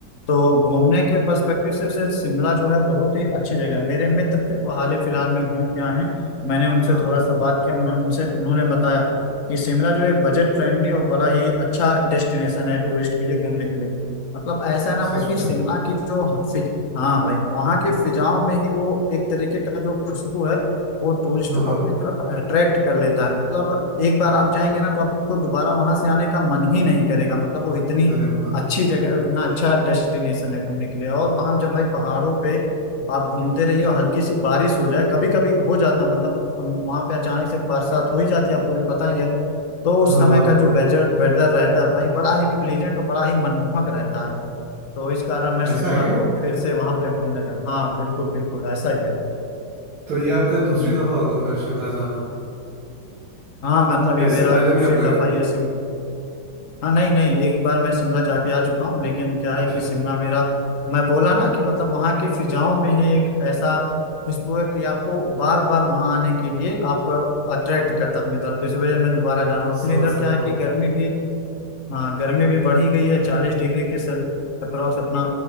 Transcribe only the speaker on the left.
तो घूमने के पर्सपेक्टिव से से शिमला जो है बहुत ही अच्छी जगह है मेरे मित्र थे वो हाल ही फिलहाल में घूम के आए हैं मैंने उनसे
थोड़ा
सा बात किया उन्होंने उनसे उन्होंने बताया कि शिमला जो है बजट फ्रेंडली और बड़ा ही अच्छा डेस्टिनेशन है टूरिस्ट के लिए घूमने के लिए मतलब ऐसा है
ना भाई कि
शिमला की जो ह- फि- हाँ भाई वहाँ की फिजाओं में ही वो एक तरीके का जो खुशबू है वो टूरिस्टों
को अपनी तरफ अट्रैक्ट कर लेता है मतलब एक बार आप जाएंगे ना तो आपको दोबारा वहां से आने का मन ही नहीं करेगा मतलब वो इतनी
अच्छी जगह है इतना अच्छा डेस्टिनेशन है घूमने के लिए और वहां जब भाई पहाड़ों पे आप घूमते रहिए और हल्की सी बारिश हो जाए कभी कभी हो जाता है मतलब वहां पे अचानक से बरसात हो ही जाती है आपको भी पता ही है तो
उस समय
का जो वेदर वेदर रहता है भाई बड़ा ही प्लीजेंट और बड़ा ही मनमोहक रहता है तो इस कारण मैं
शिमला
को फिर से वहां पे घूमने गया हाँ बिल्कुल बिल्कुल ऐसा ही है
हम्म,
हाँ मतलब
ये
मेरा
दूसरी
दफा
ये सिम हाँ नहीं नहीं एक बार मैं शिमला जाके आ चुका हूँ लेकिन क्या
है कि
शिमला मेरा मैं बोला ना कि मतलब वहाँ की फिजाओं में ही एक ऐसा खुशबू है कि आपको बार बार वहाँ आने के लिए आप अट्रैक्ट करता है अपनी तरफ तो इस वजह से मैं दोबारा जाऊँ अपने
इधर
क्या है
कि गर्मी भी हाँ गर्मी भी बढ़ ही गई है चालीस डिग्री के सेल अप्रॉक्स अपना